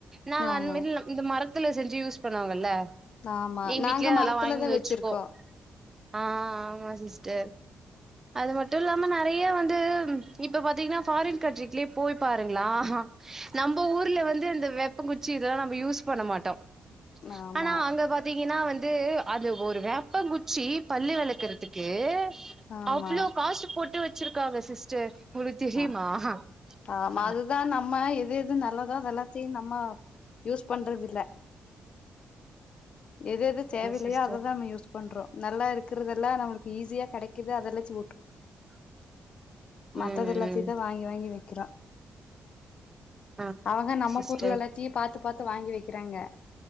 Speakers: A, on the right; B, on the left.
A: நான்
B: ஆமா
A: அந்தமாரியில்லம் இந்த மரத் த்துல செஞ்சு யூஸ் பண்ணுவாங்கல்ல
B: ஆமா
A: எங்க
B: நாங்க
A: வீட்லயே அதெல்லா
B: மரத்துலதா
A: வாங்கி வந்து வச்சிருக்கோம்
B: வச்சிருக்கோ
A: ஆஹ் ஆமா சிஸ் <unintelligible> அது மட்டும் இல்லாம நெறைய வந்து இப்ப பாத்தீங்கன்னா ஃபாரின் கண்ட்ரிக்குலயே போய் பாருங்களா ஆஹா நம்ம ஊர்ல வந்து அந்த வேப்பங்குச்சி இதெல்லா நம்ம யூஸ் பண்ண மாட்டோம்
B: ஆமா
A: ஆனா அங்க பாத்தீங்கன்னா வந் யிது அது ஒரு வேப்பங்குச்சி பல்லு விலக்குறதுக்கு
B: ஆமா
A: அவ்ளோ காசு போட்டு வச் வச்சிருக்காங்க சிஸ்டர் உங்களுக்கு தெரியுமா
B: ஆஹ்
A: ஆமாமா
B: ஆமா அதுதான் நம்ம எது எது நல்லதோ அதெல்லா சேரி நம்ம யூஸ் பண்றது இல்ல எது எது தேவயில்லையோ
A: சிஸ்டர்
B: அததா நம் யூஸ் பண்றோ நல்லா இருக்கறதெல்லா நம்மக்கு ஈஸியா கிடைக்குது அத வெச்சு
A: ம்
B: <unintelligible> கட்சித
A: ம்
B: வாங்கி வாங்கி வாங்கி வெக்கிற
A: ஆ
B: அவங்க நம்ம
A: சிஸ்டர்
B: பொருள எல்லாத்தையு பாத்து பாத்து வாங்கி வைக்கிறாங்க